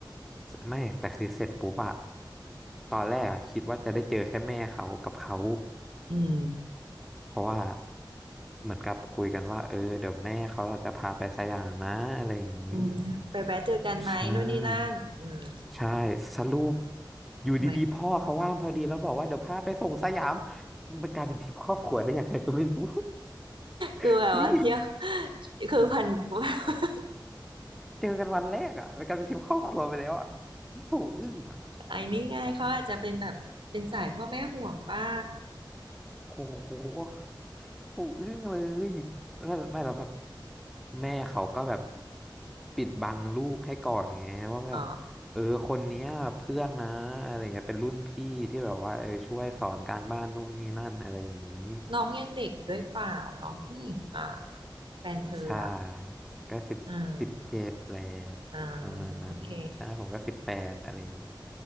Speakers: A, in the centre; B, on the right.
A: ไม่แต่คือเสร็จปุ๊บอะตอนแรกอะคิดว่าจะได้เจอแค่แม่เขากับเขา
B: อืม
A: เพราะว่าเหมือนกับคุยกันว่าเออเดี๋ยวแม่เขาจะพาไปสยามนะอะไรอย่างนี้
B: อืมนะไปแวะเจอกันไหมนู่นนี่นั่นอืม
A: ใช่ใช่สรุปอยู่ดีๆพ่อเขาว่างพอดีแล้วบอกว่าเดี๋ยวพาไปส่งสยาม
B: ทำไม
A: มันกลายเป็นทริปครอบครัวได้ยังไงก็ไม่รู้ <laughs>
B: คือแบบว่าเที่ยว
A: พี่
B: <laughs> คือพัน <laughs>
A: เจอกันวันแรกอ่ะมันกลายเป็นทริปครอบครัวไปแล้วอ่ะโหอึ้งอ่ะ
B: ไอ้นี่ไง่ายเขาอาจจะเป็นแบบเป็นสายพ่อแม่ห่วงเปล่า
A: โหโหอึ้งเลยแล้วไม่เราแบบแม่เขาก็แบบปิดบังลูกให้ก่อนไงว่าแบบเออคนเนี้ยเพื่อนนะอะไรเงี้ยเป็นรุ่นพี่ที่แบบว่าเออช่วยสอนการบ้านนู่นนี่นั่นอะไรอย่างนี้
B: อ๋อน้องยังเด็กด้วยเปล่าน้องผู้หญิงอ่ะแฟนเธออ่ะ
A: ใช่ก็สิบสิบเจ็ดแหละ
B: อืมอ่า
A: ประมาณนั้นใช่ผมก็สิบแปดอะไรอย่างงี้
B: โอเค